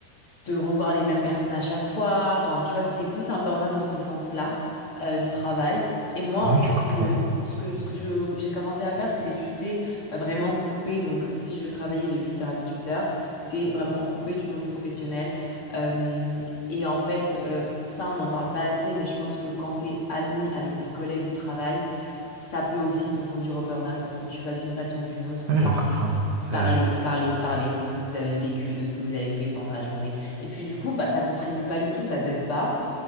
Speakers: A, on the left; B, on the right.
A: de revoir les mêmes personnes à chaque fois. Enfin, tu vois, c'était plus un burn-out dans ce sens-là, euh, du travail. Et moi,
B: Oui,
A: en fait,
B: je comprends.
A: ce que, ce que, ce
B: Mhm.
A: que je, que j'ai commencé à faire, c'était, tu sais, euh, vraiment couper. Donc, euh, si je travaillais de huit heures à dix-huit heures c'était vraiment couper du monde professionnel. Euh, et en fait, euh, ça, on n'en parle pas assez, mais je pense que quand t'es ami avec tes collègues du travail, ça peut aussi te conduire au burn-out parce que tu vas d'une façon ou d'une autre
B: Oui,
A: parler.
B: je comprends. C'est,
A: Parler, parler, parler de ce que vous avez vécu, de ce que vous avez fait pendant la journée. Et puis du coup, bah, ça contribue pas du tout, ça t'aide pas.